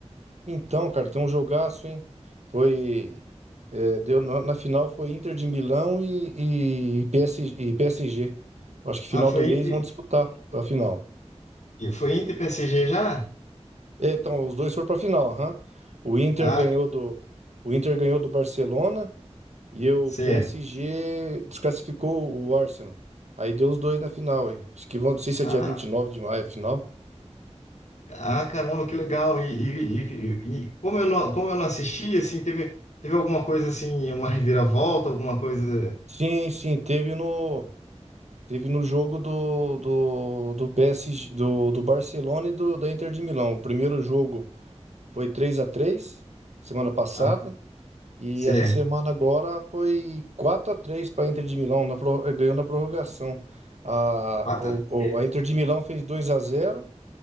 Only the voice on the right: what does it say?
então, cara, tem um jogaço, hein? Foi. é, deu, na, na final foi Inter de Milão e, e, PS, e PSG. Eu Acho que final
do mês
vão disputar a final.
É, então, os dois foram para a final. aham. O Inter
ganhou do, o Inter ganhou do Barcelona e o
PSG desclassificou o Arsenal. Aí deu os dois na final, hein? Acho que vão, não sei se
é dia vinte e nove de maio a final.
Sim, sim, teve no, teve no jogo do, do, do PSG, do, do Barcelona e do, da Inter de Milão. O primeiro jogo foi três a três semana passada.
E
essa semana agora foi quatro a 3 para a Inter de Milão, na, pro- eh, ganhou na prorrogação. A,
o,
o- a Inter de Milão fez dois a zero.